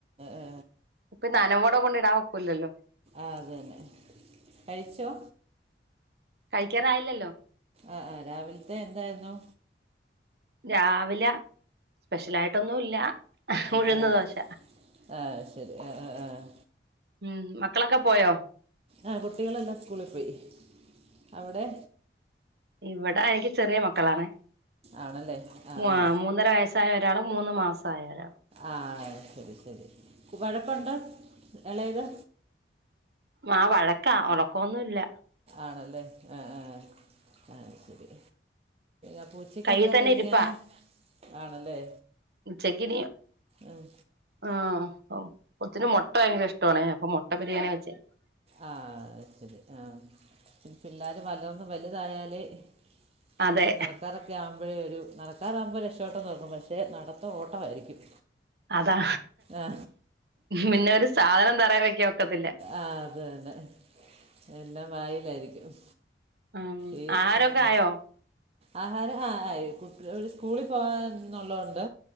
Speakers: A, on the right; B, on the right.
A: ആ,
B: ഇപ്പൊ നനവോടെ കൊണ്ട് ഇടാൻ ഒക്കൂല്ലല്ലോ.
A: ആഹ് അതെ തെ. കഴിച്ചോ?
B: കഴിക്കാറായില്ലല്ലോ.
A: ആഹ് ആഹ് രാവിൽത്തെ എന്തായിരുന്നു.
B: രാവിലെ സ്പെഷെലായിട്ടൊന്നും ഇല്ല. ഉഴുന്ന്
A: ആഹ് ആഹ്
B: ദോശ
A: ആഹ് ശരി. ആഹ് ആഹ് ആഹ്.
B: ഉം മക്കളൊക്കെ പോയോ?
A: ആഹ് കുട്ടികളല്ലാം സ്കൂളിൽ പോയി. അവ്ടെ.
B: ഇവിടെ എനിക്ക് ചെറിയ മക്കളാണ്
A: ആണല്ലേ ആ
B: മൂ
A: ആ
B: മൂന്നര വയസ് സായ ഒരാളും മൂന്ന് മാസായ ഒരാളും
A: ആഹ് ശരി ശരി വഴക്കുണ്ട് ഇളത്
B: ആഹ് വഴക്കാ ഉറക്കൊന്നുല്ല
A: ആണല്ലേ ആഹ് ആഹ് ആഹ് ശരി അപ്പൊ ഉച്ചക്ക്
B: കയ്യിൽ
A: എന്താ
B: തന്നെ
A: കഴിക്കാന്
B: ഇരിപ്പാ
A: ആണല്ലേ
B: ഉച്ചക്കിനിയ്
A: ഉം.
B: ആഹ് കൊച്ചിന് മൊട്ട ഭയങ്കര ഇഷ്ടണേ അപ്പൊ മൊട്ട ബിരിയാണി വെച്ചേ
A: ആഹ് അഹ് ശരി ആഹ് പിള്ളേർ ഒന്ന് വലുതായല് ഇച്ചി
B: അതെ
A: നട നടക്കാരൊക്കെ ആകുമ്പോഴേ ഒരു നടക്കാറൊക്കെ ആകുമ്പ രക്ഷപെട്ട് തോന്നും പക്ഷേ നടത്തം ഓട്ടമായിരിക്കും
B: അതാ
A: ആ.
B: പിന്നെ ഒരു സാധനം തറാൻ വെക്കൻ വക്കത്തില്ല
A: ആഹ് അത് തന്നെ എല്ലാം വായിലായിരിക്കും
B: ഉം
A: ഈ
B: ആഹാരൊക്കെ
A: ഉം,
B: ആയോ
A: ആഹാരം ആ ആയികുട്ട സ്കൂളി പോവാന്നുള്ളോണ്ട്